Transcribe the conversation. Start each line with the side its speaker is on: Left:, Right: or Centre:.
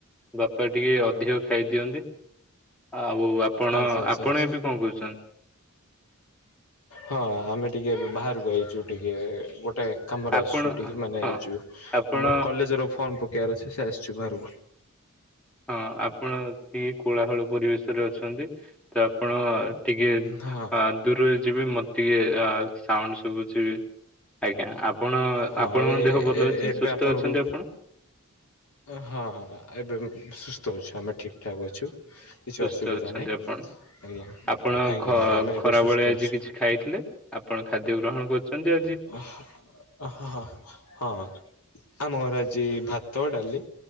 Centre: ବାପା ଟିକେ ଅଧିକ ଖାଇଦିଅନ୍ତି। ଆଉ ଆପଣ
Left: ଆଚ୍ଛା ଆଚ୍ଛା
Centre: ଆପଣ
Left: ଆଚ୍ଛା।
Centre: ଏବେ କଣ କହୁଛନ୍ତି?
Left: ହଁ ଆମେ ଟିକେ ବାହାରକୁ ଆଇଛୁ ଟିକେ ଗୋଟେ କାମରେ
Centre: ଆପଣ
Left: ଆସିଛୁ ଟିକେ ମାନେ
Centre: ହଁ
Left: ଏ ଯଉ
Centre: ଆପଣ
Left: ଆମର କଲେଜର ଫର୍ମ ପକେଇବାର ଅଛି ସେ ଆସିଛୁ ବାହାରକୁ।
Centre: ହଁ ଆପଣ କିଏ କୋଳାହଳ ପରିବେଶରେ ଅଛନ୍ତି ତ ଆପଣ ଟିକେ
Left: ହଁ।
Centre: ଆ ଦୂରରେ ଯିବେ ମତେ ଟିକେ ଆ ସାଉଣ୍ଡ ଶୁଭୁଛିିବି ଆଜ୍ଞା ଆପ୍ ଣ
Left: ହଁ
Centre: ଆପଣଙ୍କ
Left: ଏ
Centre: ଦେହ ଭଲ
Left: ଏ
Centre: ଅଛି
Left: ଏବେ
Centre: ସୁସ୍ଥ
Left: ଆପଣଙ୍କୁ
Centre: ଅଛନ୍ତି ଆପଣ?
Left: ହଁ ହଁ ଏବେ ସୁସ୍ଥ ଅଛି ଆମେ ଠିକ ଠାକ ଅଛୁ। କିଛି
Centre: ସୁସ୍ଥ
Left: ଅସୁବିଧା
Centre: ଅଛନ୍ତି
Left: ନାହିଁ।
Centre: ଆପଣ।
Left: ଆଜ୍ଞା
Centre: ଆପଣ
Left: ଆଜ୍ଞା
Centre: ଖ
Left: ଆଜ୍ଞା ଆମେ ଏବେ
Centre: ଖରାବେଳେ
Left: ସୁସ୍ଥ
Centre: ଆଜି
Left: ଅଛୁ।
Centre: କିଛି ଖାଇଥିଲେ ଆପଣ ଖାଦ୍ୟ ଗ୍ରହଣ କରୁଛନ୍ତି ଆଜି?
Left: ହ <unintelligible> ହଁ ହଁ। ଆମ ଘର ଆଜି ଭାତ ଡାଲି